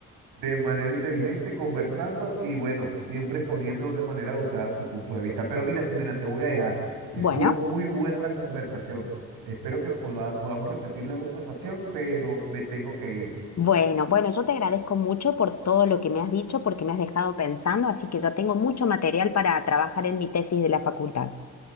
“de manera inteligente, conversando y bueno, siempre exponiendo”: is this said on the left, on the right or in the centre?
Right